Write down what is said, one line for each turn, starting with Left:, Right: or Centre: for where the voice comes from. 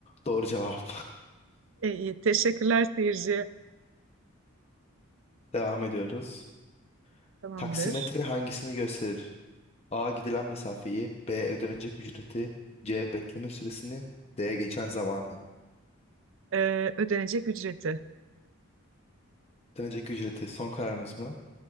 Left: Doğru cevap.
Right: E, iyi. Teşekkürler seyirci.
Left: <laughs> Devam ediyoruz.
Right: Tamamdır.
Left: Taksimetre hangisini gösterir? A. Gidilen mesafeyi, B. Ödenecek ücreti, C. Bekleme süresini, D. Geçen zamanı.
Right: E, ödenecek ücreti.
Left: Ödenecek ücreti son kararınız mı?